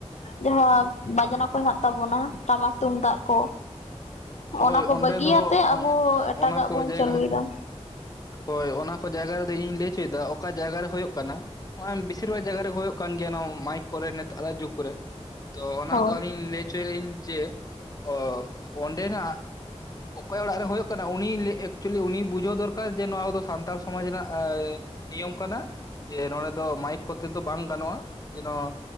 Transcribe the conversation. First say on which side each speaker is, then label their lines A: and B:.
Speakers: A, on the left; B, on the left.
A: ᱡᱟᱦᱟᱸ ᱵᱟᱡᱱᱟ ᱠᱚ ᱦᱮᱱᱟᱜ ᱛᱟᱵᱚᱱᱟ ᱴᱟᱢᱟᱠ ᱛᱩᱢᱫᱟᱜ ᱠᱚ᱾
B: ᱦᱳᱭ
A: ᱚᱱᱟ
B: ᱚᱸᱰᱮ
A: ᱠᱚ ᱵᱟᱹᱜᱤᱭᱟᱛᱮ
B: ᱫᱚ
A: ᱟᱵᱚ ᱮᱴᱟᱜᱟᱜ
B: ᱚᱱᱟ ᱠᱚ
A: ᱵᱚᱱ
B: ᱡᱟᱭᱜᱟ
A: ᱪᱟᱹᱞᱩᱭᱮᱫᱟ᱾
B: ᱦᱳᱭ ᱚᱱᱟ ᱠᱚ ᱡᱟᱭᱜᱟ ᱨᱮᱫᱚ ᱤᱧ ᱞᱟᱹᱭ ᱪᱚᱭ ᱫᱟ ᱚᱠᱟ ᱡᱟᱭᱜᱟ ᱨᱮ ᱦᱩᱭᱩᱜᱳᱜ ᱠᱟᱱᱟ? ᱱᱚᱜᱼᱚᱭ ᱵᱮᱥᱤᱨ ᱵᱷᱟᱜᱽ ᱡᱟᱭᱜᱟ ᱨᱮᱜ ᱦᱩᱭᱩᱜ ᱠᱟᱱ ᱜᱮᱭᱟ ᱱᱚᱣᱟ ᱢᱟᱭᱤᱠ ᱠᱚᱨᱮ ᱱᱮᱛᱟᱨ ᱟᱜ ᱡᱩᱜᱽ ᱠᱚᱨᱮ᱾ ᱛᱚ ᱚᱱᱟᱫᱚ
A: ᱦᱳᱭ
B: ᱟᱹᱞᱤᱧ ᱞᱟᱹᱭ ᱞᱟᱹᱭᱪᱚᱭᱟᱞᱤᱧ ᱡᱮ ᱚ ᱚᱰᱮᱱᱟᱜ ᱚᱠᱚᱭᱟᱜ ᱚᱲᱟᱜ ᱨᱮ ᱦᱩᱭᱩᱜ ᱠᱟᱱᱟ ᱩᱱᱤ ᱞᱮ ᱮᱠ ᱪᱩᱞᱤ ᱩᱱᱤ ᱵᱩᱡᱷᱟᱹᱣ ᱫᱚᱨᱠᱟᱨ ᱡᱮ ᱱᱚᱣᱟ ᱠᱚᱫᱚ ᱥᱟᱱᱛᱟᱲ ᱥᱚᱢᱟᱡᱽ ᱨᱮᱱᱟᱜ ᱮ ᱱᱤᱭᱚᱢ ᱠᱟᱱᱟ᱾ ᱡᱮ ᱱᱚᱰᱮ ᱫᱚ ᱢᱟᱭᱤᱠ ᱠᱚᱛᱮ ᱫᱚ ᱵᱟᱝ ᱜᱟᱱᱚᱜᱼᱟ ᱡᱮᱱᱚ